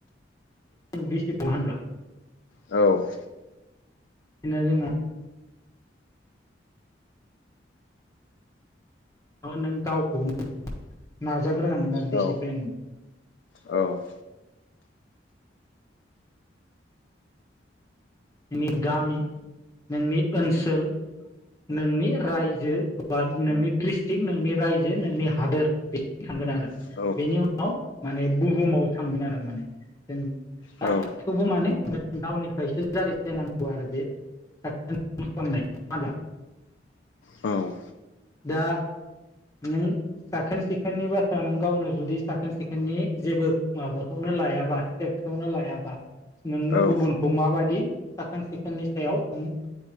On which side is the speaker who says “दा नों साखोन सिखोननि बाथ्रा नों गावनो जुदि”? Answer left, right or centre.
Left